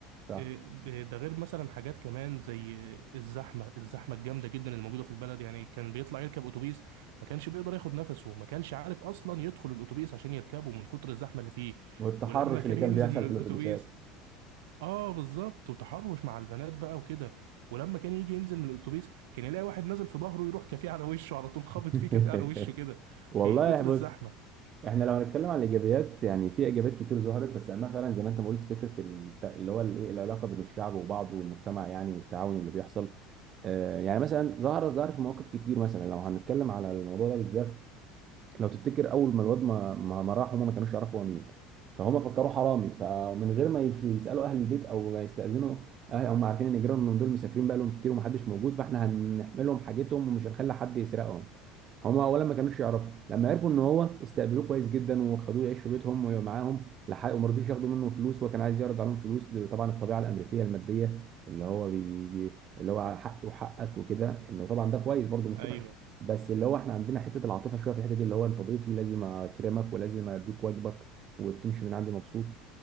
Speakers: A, on the right (about 35°); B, on the right (about 85°).
A: صح
B: إيه، ب- ده غير مثلا حاجات كمان زي الزحمة الزحمة الجامدة جدا اللي موجودة في البلد يعني كان بيطلع يركب أتوبيس ما كانش بيقدر ياخد نفسه ما كانش عارف أصلا يدخل الأتوبيس عشان يركبه من كتر الزحمة اللي فيه
A: والتحرش
B: ولما كان
A: اللي كان
B: ينزل
A: بيحصل
B: من الأتوبيس
A: في الاتوبيسات
B: اه بالظبط وتحرش مع البنات بقى وكده ولما كان يجي ينزل من الاتوبيس كان يلاقي واحد نازل في ظهره يروح كافيه على وشه على طول خابط
A: <laughs>
B: فيه كافيه على وشه كده
A: والله
B: من كتر
A: بص
B: الزحمه
A: احنا لو هنتكلم عن الايجابيات يعني في ايجابيات كتير ظهرت بس اما فعلا زي ما انت ما قلت فكره الت- اللي هو الايه العلاقه بين الشعب وبعضه والمجتمع يعني والتعاون اللي بيحصل آه، يعني مثلا ظهر ظهر في مواقف كتير مثلا لو هنتكلم على الموضوع ده بالذات لو تفتكر اول ما الواد ما ما ما راح هما ما كانوش يعرفوا هو مين فهم فكروه حرامي فمن غير ما يش- يسالوا اهل البيت او ما يستاذنوا أهل هم عارفين ان جيرانهم من دول مسافرين بقى لهم كتير ومحدش موجود فاحنا هنحملهم حاجتهم ومش هنخلي حد يسرقهم هم اولا ما كانوش يعرفوا لما عرفوا ان هو استقبلوه كويس جدا وخدوه يعيش في بيتهم ومعاهم لحق وما رضيش ياخدوا منه فلوس وكان عايز يعرض عليهم فلوس طبعا الطبيعه الامريكيه الماديه اللي هو بيجي اللي هو حقي وحقك وكده انه طبعا ده كويس برده مش
B: ايوه
A: وحش بس اللي هو احنا عندنا حته العاطفه شويه في الحته دي اللي هو انت ضيفي لازم اكرمك ولازم اديك واجبك وتمشي من عندي مبسوط